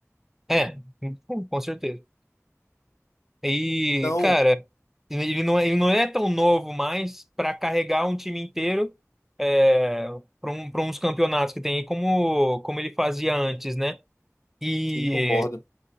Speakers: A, in the centre; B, on the left.
A: É, <laughs> com certeza. E,
B: Então,
A: cara, ele não, é, ele não é tão novo mais pra carregar um time inteiro, é, para uns campeonatos que tem aí, como, como ele fazia antes, né? E
B: sim, concordo.